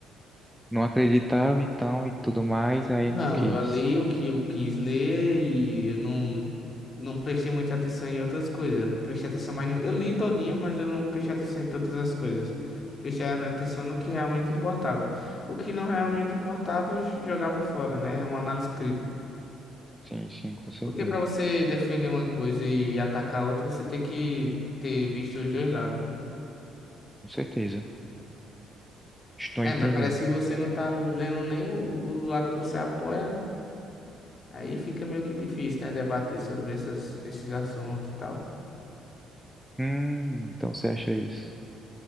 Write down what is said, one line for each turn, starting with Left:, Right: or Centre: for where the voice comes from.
Centre: Não acreditava então e tudo mais, aí
Left: Não,
Centre: não quis.
Left: eu li o que eu quis ler e eu não, não prestei muita atenção em outras coisas. Eu Prestei atenção mais no... Eu li todinho, mas eu não prestei atenção em todas as coisas. Prestei atenção no que realmente importava. O que não realmente importava, eu jogava fora, né? É Uma análise crítica.
Centre: Sim, sim, com certeza.
Left: Porque para você defender uma coisa e atacar a outra, você tem que ter visto os dois lados.
Centre: Com certeza. Estou
Left: É,
Centre: entendendo.
Left: mas parece que você não tá lendo nem o, o do lado que você apoia, né? Aí fica meio que difícil, né? Debater sobre essas, esses assuntos e tal.
Centre: Hum, então você acha isso?